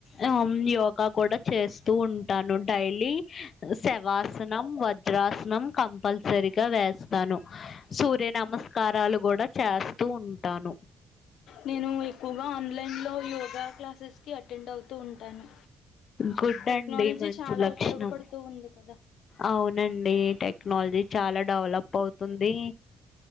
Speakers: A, on the left; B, on the left.
A: ఆ యోగా కూడా చేస్తూ ఉంటాను డైలీ శవాసనం వజ్రాసనం కంపల్సరిగా వేస్తాను సూర్య నమస్కారాలు కూడా చేస్త వస్తూ ఉంటాను
B: నేను ఎక్కువగా ఆన్లైన్లో యోగా క్లాసెస్కి అటెండ్ అవుతూ ఉంటాను
A: గుడ్
B: టెక్నాలజీ
A: అండి మంచి
B: చాలా
A: లక్షణం
B: ఉపయోగపడుతూ ఉంది కదా
A: అవును ండి టెక్నాలజీ చాలా డెవలప్ అవుతుంది